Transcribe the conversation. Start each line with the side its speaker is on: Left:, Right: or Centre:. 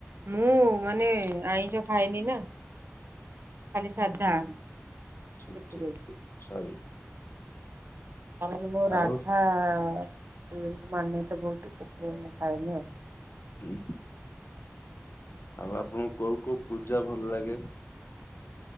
Right: ମୁଁ ମାନେ ଆଇଁଷ ଖାଇନି ନା। ଖାଲି ସାଧା।
Left: ଠିକ-ଠିକ-ଠିକ
Right: ସେଥିପାଇଁ
Left: ସରି।
Right: କାରଣ ମୁଁ ରାଧା
Left: ଆଉ
Right: <unintelligible> ମାନେ ତ ବହୁତ ସେଥିପାଇଁ ମୁଁ ଖାଏନି ଆଉ।
Left: ହୁଁ ହୁଁ। ଆଉ ଆପଣଙ୍କୁ କୋଉ କୋଉ ପୂଜା ଭଲ ଲାଗେ?